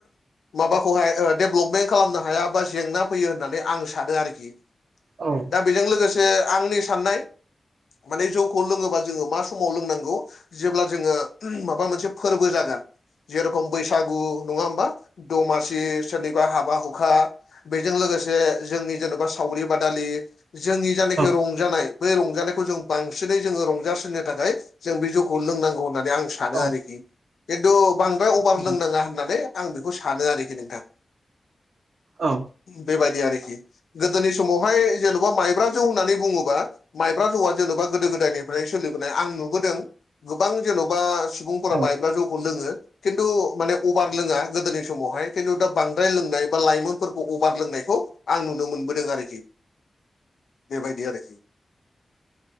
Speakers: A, on the left; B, on the right.
A: माबाखौहाय ओथ देभलपमेन्ट खालामनो हाया बा जेंना फैयो होननानै आं सानो आरोखि।
B: ओम
A: दा बेजों लोगोसे आंनि साननाय माने जौखौ लोङोबा जोङो मा समाव लोंनांगौ जेब्ला जोङो माबा मोनसे फोरबो जागोन जेरेखम बैसाग गु नंङा होमबा दमासि सोरनिबा हाबा हुखा बेजों लोगोसे जोंनि जेन'बा सावरि बादालि जोंनि जनाखि रं
B: औ
A: नाय बै रंजानायखौ जों बांसिनै जोङो रंजासिननो थाखाय जों बे जौखौ लोंनांगौ नानै आं सानो
B: औ
A: आरोखि खिन्थु बांद्राय अभार
B: औ
A: लोंनाङा होननानै आं बेखौ सानो आरोखि नोंथां
B: औ।
A: बेबायदि आरोखि गोदोनि समावहाय जेन'बा माइब्रा जौ होननानै बुङोब बा‌ माइब्रा जौआ जेन'बा गोदो गोदायनिफ्राय सोलिबोनाय आं नुबोदों। गोबां जेन'बा सुबुंफोरा
B: औ
A: माइबब्ला जौखौनो लोङो खिन्थु माने अबार लोङा गोदोनि समावहाय खिन्थु दा बांद्राय लोंनाय बा लाइमो फोरखौ अबार लोंनायखौ आं नुनो मोनबोदों आरोखि बेबायदि आरोखि।